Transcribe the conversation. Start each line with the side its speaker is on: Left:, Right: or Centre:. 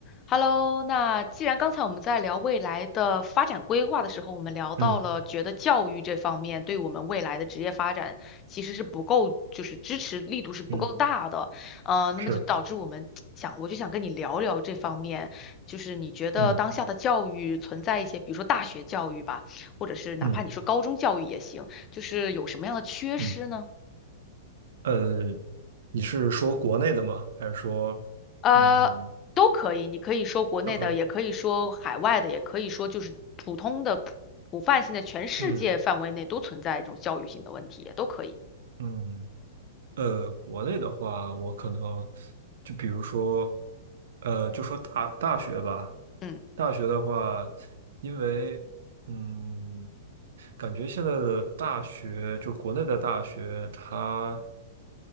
Left: Hello，那既然刚才我们在聊未来的发展规划的时候，我们聊到了觉得教育这方面对我们未来的职业发展其实是不够，
Right: 嗯
Left: 就是支持力度是不够大的，
Right: 嗯，
Left: 呃，那么就导致我们想，
Right: 是，
Left: 我就想跟你聊聊这方面，就是你觉得当下的教育存在一些，
Right: 嗯
Left: 比如说大学教育吧，或者是哪怕你说高中教育也行，
Right: 嗯
Left: 就是有什么样的缺失呢？
Right: 嗯，呃，你是说国内的吗？还是说，
Left: 呃，
Right: 嗯，
Left: 都可以，你可以说国内的，
Right: 都可以。
Left: 也可以说海外的，也可以说就是普通的普普泛性的，全世界范围内都存在这种教育性的问题，
Right: 嗯
Left: 也都可以。
Right: 嗯，呃，国内的话，我可能就比如说，呃，就说大大学吧。
Left: 嗯
Right: 大学的话，因为嗯，感觉现在的大学，就国内的大学，它